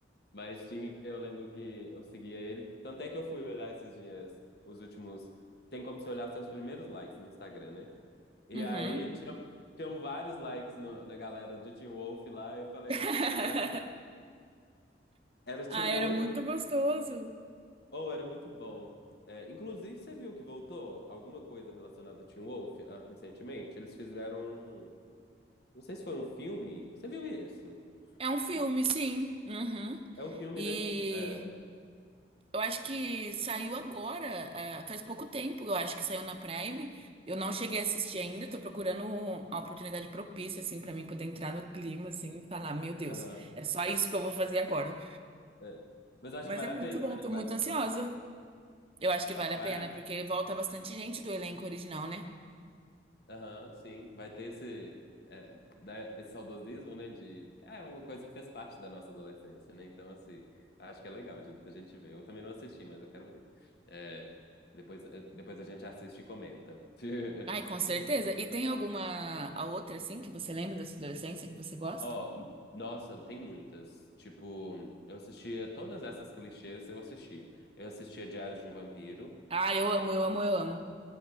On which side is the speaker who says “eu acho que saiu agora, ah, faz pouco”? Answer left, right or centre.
Right